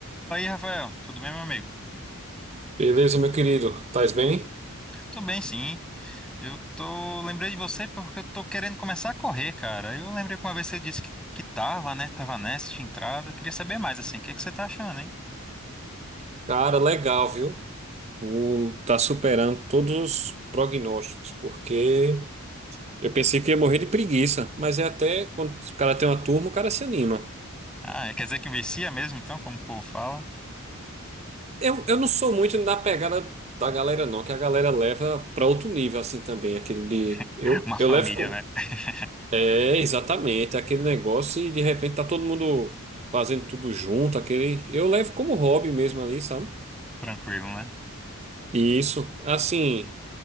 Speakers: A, in the centre; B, on the right.
A: Fala aí, Rafael. Tudo bem, meu amigo?
B: Beleza, meu querido? Tais bem?
A: Tudo bem, sim. Eu tô... lembrei de você porque eu tô querendo começar a correr, cara. Eu lembrei que uma vez você disse que, que tava, né? Tava nessa, tinha entrado. Eu queria saber mais, assim, o que que você tá achando, hein?
B: Cara, legal, viu? O tá superando todos os prognósticos, porque eu pensei que ia morrer de preguiça, mas é até quando o cara tem uma turma, o cara se anima.
A: Ah, quer dizer que vicia mesmo, então, como o povo fala?
B: Eu, eu não sou muito da pegada da galera, não, que a galera leva pra outro nível, assim também, aquele de.
A: <laughs>
B: Eu,
A: Uma família,
B: eu levo. com-
A: né? <laughs>
B: É, exatamente, aquele negócio e de repente tá todo mundo fazendo tudo junto, aquele. Eu levo como hobby mesmo ali, sabe?
A: Tranquilo, né?
B: Isso, assim.